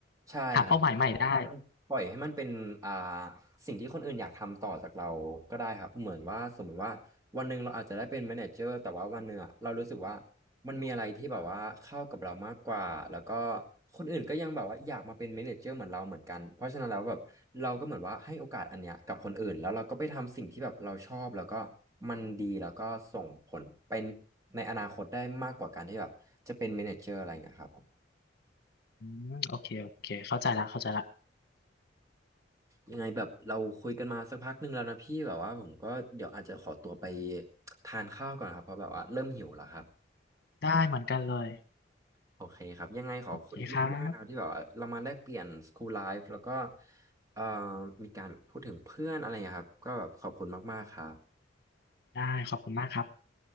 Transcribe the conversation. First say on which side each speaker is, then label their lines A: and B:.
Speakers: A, on the right; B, on the left.
A: ใช่ครับ่ครับมันปล่อยให้มันเป็นอ่า
B: หาเป้าหมายใหม่ได้
A: สิ่งที่คนอื่นอยากทำต่อจากเราก็ได้ครับเหมือนว่าสมมติว่าวันหนึ่งเราอาจจะได้เป็นแมเนเจอร์แต่ว่าวันหนึ่งอะเรารู้สึกว่ามันมีอะไรที่แบบว่าเข้ากับเรามากกว่าแล้วก็คนอื่นก็ยังแบบว่าอยากมาเป็นแมเนเจอร์เหมือนเราเหมือนกันเพราะฉะนั้นแล้วแบบเราก็เหมือนว่าให้โอกาสอันเนี้ยกับคนอื่นแล้วเราก็ไปทำสิ่งที่แบบเราชอบแล้วก็มันดีแล้วก็ส่งผลเป็นในอนาคตได้มากกว่าการที่แบบจะเป็นแมเนเจอร์อะไรอย่างเงี้ยครับ
B: อืมโอเคโอเคเข้าใจละเข้าใจละ
A: ยังไงแบบเราคุยกันมาสักพักหนึ่งแล้วนะพี่แบบว่าผมก็เดี๋ยวอาจจะขอตัวไปทานข้าวก่อนครับเพราะแบบว่าเริ่มหิวแล้วครับ
B: ได้เหมือนกันเลย
A: โอเคครับยังไงขอบคุณพี่มากๆนะครับที่แบบว่าเรามาแลกเปลี่ยน
B: โอเคครับ
A: School Life แล้วก็เอ่อมีการพูดถึงเพื่อนอะไรอย่างเงี้ยครับก็แบบขอบคุณมากๆครับ
B: ได้ขอบคุณมากครับ